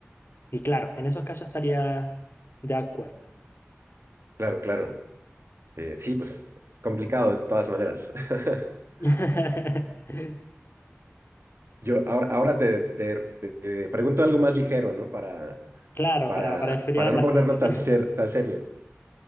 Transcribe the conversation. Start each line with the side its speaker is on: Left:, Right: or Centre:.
Left: y claro, en esos casos estaría de acuerdo.
Right: claro, claro. Eh, sí, pues complicado de todas maneras. <laughs>
Left: <laughs>
Right: Yo ahora, ahora te, te- te- te pregunto algo más ligero, ¿no? Para,
Left: Claro,
Right: para,
Left: para, para enfriar
Right: para
Left: las
Right: no ponernos
Left: cosas.
Right: tan, ser- tan serios.